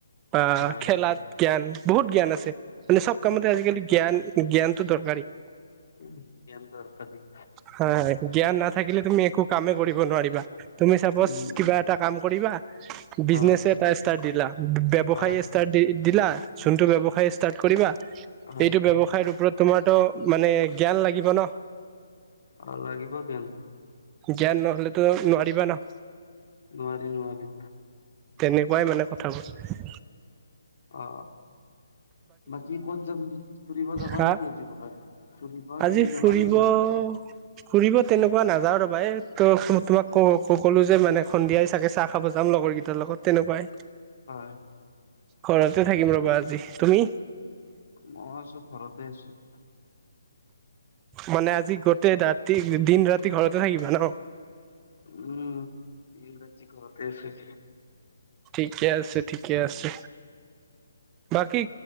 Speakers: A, on the right; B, on the left.
A: বা
B: হয়
A: খেলাাত, জ্ঞান বহুত জ্ঞান আছে, মানে চব কামতে আজিকালি জ্ঞান-জ্ঞানতো দৰকাৰী।
B: উম, জ্ঞান দৰকাৰী।
A: হয়-হয়, জ্ঞান নাথাকিলে তুমি একো কামে কৰিব নোৱাৰিবা। তুমি চাপজ
B: উম
A: কিবা এটা কাম কৰিবা বিজনেচ
B: হয়
A: এটাই ষ্টাৰ্ট দিলা, ব্যৱসায়
B: হয়
A: ষ্টাৰ্ট দি দিলা, যোনটো ব্যৱসায় ষ্টাৰ্ট কৰিবা
B: হয়
A: এইটো ব্যৱসায়ৰ ওপৰত তোমাৰতো মানে জ্ঞান লাগিব ন।
B: অ, লাগিব জ্ঞান।
A: জ্ঞান নহলেতো নোৱাৰিবা ন।
B: নোৱাৰি-নোৱাৰি।
A: তেনেকুৱাই মানে কথাবোৰ।
B: অ, বাকী ক'ত যাবি ফুৰিব যাবা
A: হা
B: নে কি আজি কৰবাত? ফুৰিব তুমি
A: আজি ফুৰিব
B: যাবা নেকি
A: ফুৰিব তেনেকুৱা নাযাওঁ ৰবাই ত তোমাক ক ক'লো যে মানে সন্ধিয়াই চাগে চাহ খাব যাম, লগৰ কেইটা কেইটাৰ লগত তেনেকুৱাই।
B: হয়
A: ঘৰতে থাকিম ৰ'বা আজি, তুমি?
B: মই আছো, ঘৰতে আছো।
A: মানে আজি গোতেই ৰাতি দিন ৰাতি ঘৰতে থাকিবা ন?
B: উম, দিন ৰাতি ঘৰতে আছোঁ।
A: ঠিকে আছে, ঠিকে আছে। বাকী